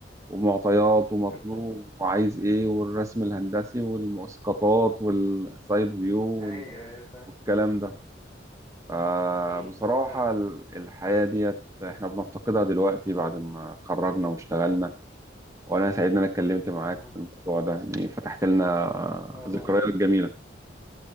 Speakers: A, on the right; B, on the left.
A: ومعطيات ومطلوب
B: مم.
A: وعايز ايه والرسم الهندسي والمؤسقطات والسايد فيو وال...
B: أيوه أيوه فاهم
A: والكلام ده فبصراحة
B: مم. فاهمك.
A: ال- الحياة ديت احنا بنفتقدها دلوقتي بعد
B: مم.
A: ما اتخرجنا واشتغلنا وانا سعيد ان انا اتكلمت معاك
B: مم.
A: في الموضوع ده يعني فتحت لنا
B: وأنا
A: ذكريات
B: والله
A: جميلة